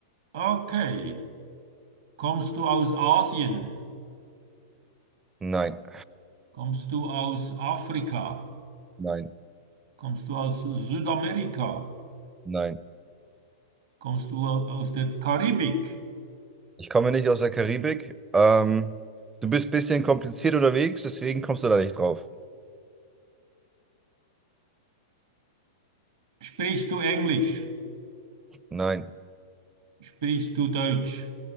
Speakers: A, on the right (about 65°); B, on the right (about 15°).
A: okay. Kommst du aus Asien?
B: Nein,
A: Kommst du aus Afrika?
B: nein,
A: Kommst du aus Südamerika?
B: nein.
A: Kommst du au- aus der Karibik?
B: Ich komme nicht aus der Karibik. Ähm, du bist ein bisschen kompliziert unterwegs, deswegen kommst du da nicht drauf.
A: Sprichst du Englisch?
B: Nein.
A: Sprichst du Deutsch?